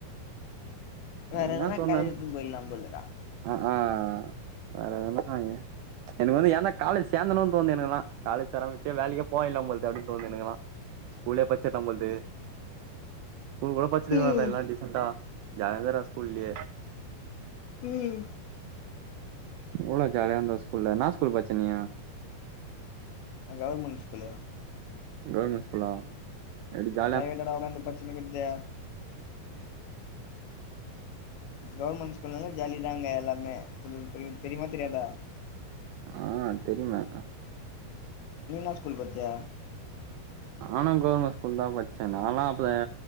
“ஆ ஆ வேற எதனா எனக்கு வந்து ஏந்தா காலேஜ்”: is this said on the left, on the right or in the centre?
Right